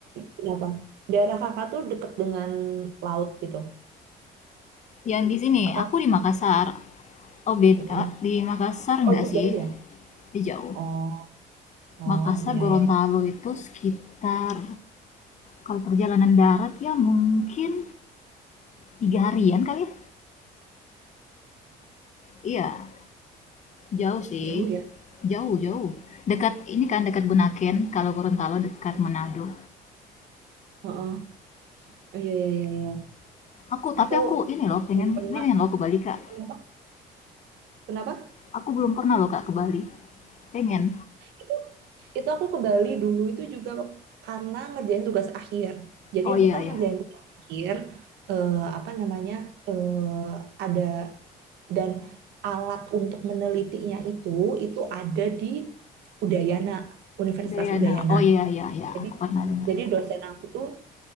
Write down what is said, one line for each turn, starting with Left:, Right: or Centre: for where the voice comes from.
Right: kenapa? Daerah Kakak tuh deket dengan laut gitu?
Left: Yang di sini,
Right: Atau
Left: aku di Makassar. Oh beda,
Right: mhm,
Left: di Makassar enggak
Right: oh itu
Left: sih,
Right: jauh ya?
Left: di jauh.
Right: Oh oh,
Left: Makassar,
Right: iya
Left: Gorontalo
Right: iya ya
Left: itu sekitar kalau perjalanan darat ya mungkin 3 harian kali ya? Iya, jauh sih,
Right: jauh ya?
Left: jauh jauh. Dekat ini kan, dekat Bunaken, kalau Gorontalo dekat Manado.
Right: Heeh, Oh, iya iya iya iya.
Left: Aku tapi
Right: Aku
Left: aku ini loh pengen
Right: belum pernah.
Left: pengen loh ke Bali, Kak.
Right: Kenapa? Kenapa?
Left: Aku belum pernah loh, Kak, ke Bali. Pengen.
Right: Itu itu aku ke Bali dulu itu juga karena ngerjain tugas akhir. Jadi
Left: Oh iya
Right: aku kan
Left: ya,
Right: ngerjain tugas akhir eh, apa namanya eh, ada dan alat untuk menelitinya itu itu ada di Udayana, Universitas
Left: Dayana.
Right: Udayana.
Left: Oh iya iya ya,
Right: Jadi
Left: aku pernah dengar.
Right: jadi dosen aku tuh